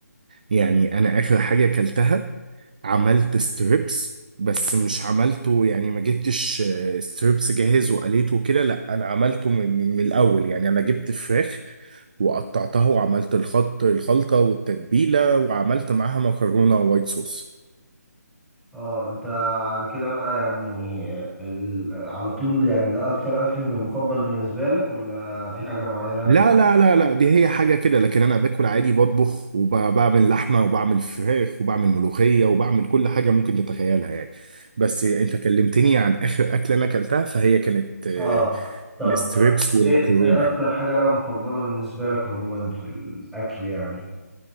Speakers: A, on the right; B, in the centre.
A: يعني انا اخر حاجه اكلتها عملت ستريبس بس مش عملته يعني ما جبتش آه، ستريبس جاهز وقليته كده لا انا عملته من, من, من الاول يعني انا جبت فراخ وقطعتها وعملت الخط الخلطه والتتبيله وعملت معاها مكرونه وايت صوص
B: اه انت على كده بقى يعني آه، ال- على طول يعني ده أكتر أكل مفضل بالنسبة لك ولا في حاجة معينة تاني؟
A: لا لا لا لا دي هي حاجة كده لكن أنا باكل عادي بطبخ وبعمل لحمة وبعمل فراخ وبعمل ملوخية وبعمل كل حاجة ممكن تتخيلها يعني بس أنت كلمتني عن آخر أكلة أنا أكلتها فهي كانت آه،
B: اه طب
A: الستريبس والمكرونة
B: إيه إيه أكتر
A: يعني.
B: حاجة بقى مفضلة بالنسبة لك عموما في الأكل يعني؟